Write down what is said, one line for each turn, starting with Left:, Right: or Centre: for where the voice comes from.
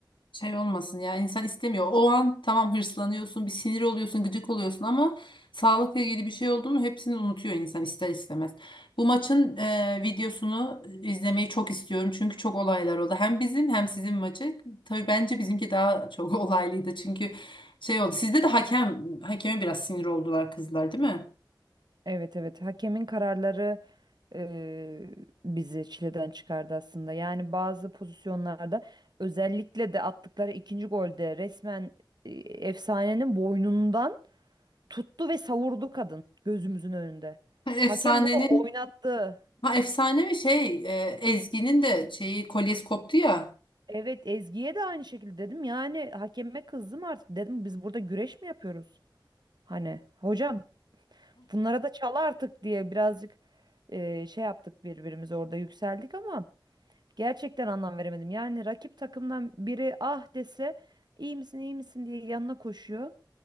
Left: şey olmasın yani insan istemiyor. O an tamam hırslanıyorsun, bir sinir oluyorsun, gıcık oluyorsun ama sağlıkla ilgili bir şey oldu mu hepsini unutuyor insan ister istemez. Bu maçın e, videosunu izlemeyi çok istiyorum çünkü çok olaylar oldu. Hem bizim hem sizin maçı. Tabii bence bizimki daha çok <laughs> olaylıydı çünkü şey oldu. Sizde de hakem hakeme biraz sinir oldular kızlar değil mi?
Right: Evet evet hakemin kararları eee, bizi çileden çıkardı aslında. Yani bazı pozisyonlarda özellikle de attıkları ikinci golde resmen e, efsanenin boynundan tuttu ve savurdu kadın gözümüzün önünde.
Left: Efsanenin
Right: Hakem bunu oynattı.
Left: ha efsane mi şey e, Ezgi'nin de şeyi kolyesi koptu ya.
Right: Evet Ezgi'ye de aynı şekilde dedim. Yani hakeme kızdım artık dedim biz burada güreş mi yapıyoruz? Hani hocam Bunlara da çal artık diye birazcık e, şey yaptık birbirimize orada yükseldik ama gerçekten anlam veremedim. Yani rakip takımdan biri ah dese iyi misin iyi misin diye yanına koşuyor.